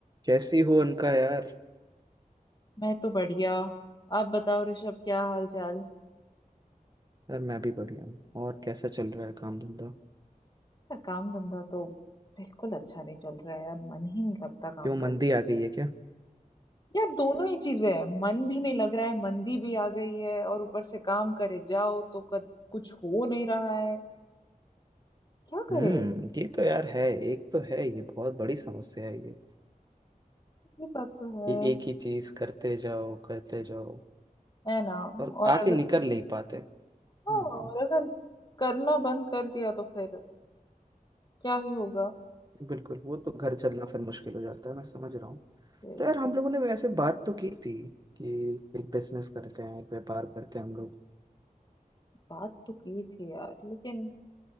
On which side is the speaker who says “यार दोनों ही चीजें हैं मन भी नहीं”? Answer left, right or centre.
Left